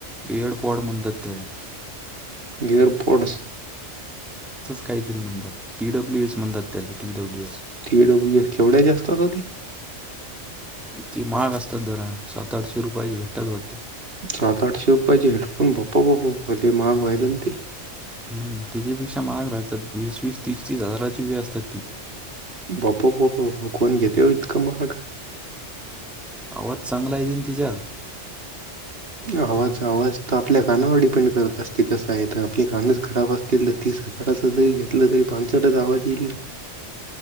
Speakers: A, in the centre; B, on the right (about 55°).
A: येड पॉड म्हणतात त्याला.
B: ईअरपोर्टस.
A: काहीतरीणताती डब्ल्य एस म्हणतात त्याला टी डब्ल्यू एस
B: टीडब्ल्यू केवढ्या जास्तात होती
A: ती महाग असतात जरा सात आठशे रुपयाची भेटतात वाटते.
B: सात आठशे रुपययाची हेडफोन बप बप लय महाग व्हायलाना ते.
A: हम् त्याच्यापेक्षा महाग भतात वीस वीस तीस तीस हजाराची पण असतात ते.
B: बाप प कोण घेते इतकं महाग.
A: आवाज चांगलाय दिन तिच्यात
B: आवाज आवाज तर आपल्या कानावर डिपेंड करत असते कसं आहे तर आपले कानच खराब असतील तर तीच. हजाराच जरी घेतलं तरी पांसष्टच आवाज येईल ना.